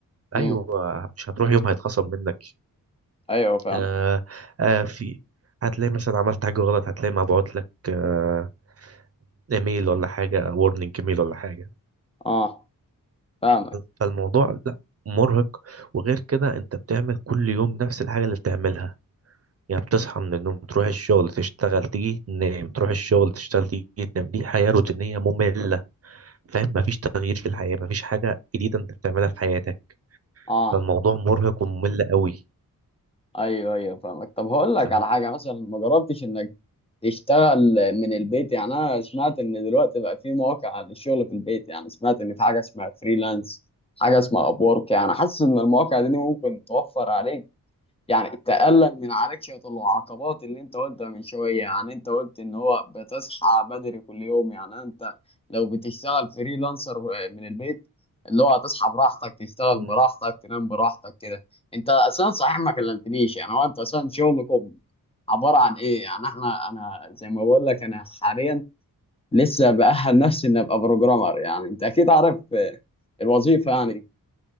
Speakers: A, on the right; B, on the left.
A: ايوه
B: امم
A: مش هتروح يوم هيتخصم منك
B: ايوه فاهمك
A: آه آه في هتلاقي مثلا عملت حاجة غلط هتلاقي مبعوت لك آه ايميل ولا حاجة وورنينج ايميل ولا حاجة
B: اه فاهمك
A: فالموضوع لا مرهق وغير كده انت بتعمل كل يوم نفس الحاجة اللي بتعملها يعني بتصحى من النوم تروح الشغل تشتغل تيجي تنام تروح الشغل تشتغل تيجي تنام دي حياة روتينية مملة فاهم مفيش تغيير في الحياة مفيش حاجة جديدة انت بتعملها في حياتك
B: اه
A: فالموضوع مرهق وممل قوي
B: ايوه ايوه فاهمك طب هقول لك
A: تمام.
B: على حاجه مثلا ما جربتش انك تشتغل من البيت يعني انا سمعت ان دلوقتي بقى في مواقع للشغل في البيت يعني سمعت ان في حاجه اسمها فريلانس حاجه اسمها ابورك يعني حاسس ان المواقع دي ممكن توفر عليك يعني تقلل من عليك شوية العقبات اللي انت قلتها من شوية يعني انت قلت ان هو بتصحى بدري كل يوم يعني انت لو بتشتغل فريلانسر من البيت اللي هو هتصحى براحتك تشتغل
A: مم.
B: براحتك تنام براحتك كده انت اصلا صحيح ما كلمتنيش يعني هو انت اصلا شغلكم عبارة عن ايه يعني احنا انا زي ما بقول لك انا حاليا لسه بأهل نفسي اني ابقى بروجرامر يعني انت اكيد عارف آه، الوظيفة يعني دي.